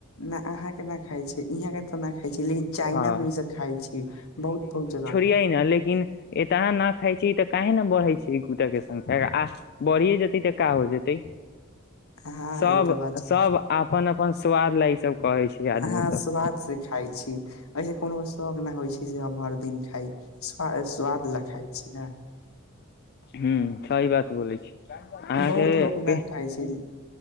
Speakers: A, on the left (about 80°); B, on the left (about 50°).
A: न अहां के न खाय छीयै, इहाँ के त न खाय छीयै लेकिन चाइना
B: हँ
A: मे ई सब खाय छी, बहुत-बहुत जगह।
B: छीयै न लेकिन एता ना खाय छी त काहे न बढ़य छै कूता के संख्या आ बढ़िए जेतै त का हो जेतै
A: हँ
B: सब-सब
A: ई तऽ बात छै
B: आपन अ पन स्वाद ल ई सब कहै छै आदमी
A: हां
B: सब
A: स्वाद से खाय छी, ऐसे कोनो शौख न होय छै जे हम हर दिन खाइ स्वा स्वाद लै खाई छी नै
B: हुं सही बात बोलै छी अहाँके
A: बहुत लोग
B: पे
A: न खाइ छै